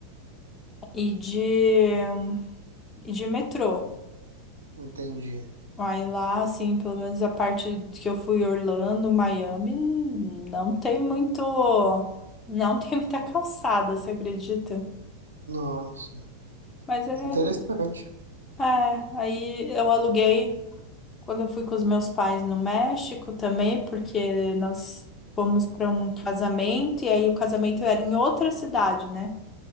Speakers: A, on the left; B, on the right.
A: e de, e de metrô.
B: Entendi.
A: Aí lá, assim, pelo menos a parte que eu fui Orlando, Miami, não tem muito, não tem muita calçada, você acredita?
B: Nossa,
A: Mas é,
B: interessante.
A: é, aí eu aluguei quando eu fui com os meus pais no México também, porque nós fomos para um casamento e aí o casamento era em outra cidade, né?